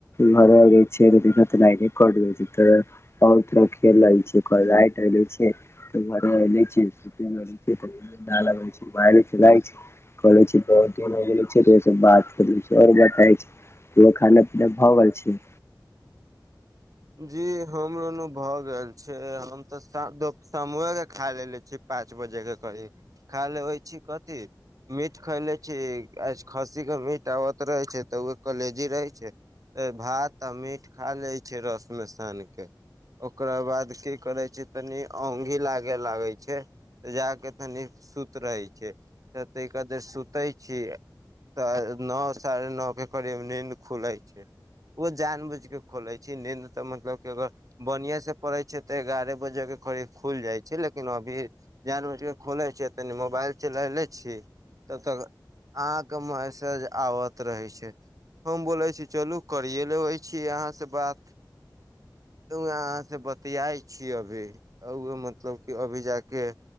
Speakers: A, on the left; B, on the right.
A: घरै छ दिन तऽ नहि कै छै तऽ <unintelligible> बहु तर खेल रहल छै राइट छै घराग आबे छै ठण्डा लगे छै करे छै बहुत दिन हो गेल छै ओ बात करे आओर बता छै केो खाने पीना भए गेल छै
B: जी हमरोन भए गेल छै हम तऽ समामोए के खा लेलेे छी पाँच बजे के करीब खायल होइ छै कथी मीट खयले छी आ खस्सीके मीट आबत रहै छै तऽ ओ कलेजी रहै छै भात आ मीट खा लैत छै रसमे सानि कऽ ओकरा बाद की करै छै तनी ओंगहि लागे लागै छै तऽ जा कऽ तनि सुत रहै छै तऽ तहि कादर सुतै छी तऽ नओ साढ़े नओ के करीब नीन्द खुले छै ओ जान बूझ के खोले छी नीन्द तऽ मतलब कि अगर बढ़िआँ से पड़ै छै तऽ एगारह बजे के खीब खुल जाइ छै लेकिन अभी जान ब कऽ खोलै छियै तनि मोबाइल चला लै छियै तब तक अहाँ क मेसेज आबत रहै छै हम बोले छी चलू करिय लेबे छी अहाँ से बात तऽह अहाँ से बतियाइ छीय अभी मतलब कि अभी जाकऽ